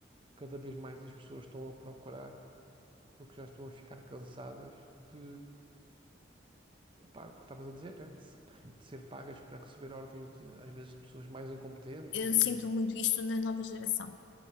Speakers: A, on the right; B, on the left.
A: cada vez mais as pessoas estão a procurar, porque já estão a ficar cansadas de, epá, o que estavas a dizer, né? De, se- de ser pagas para receber ordens de, às vezes, de pessoas mais incompetentes
B: Eu
A: e,
B: sinto muito isto na nova geração.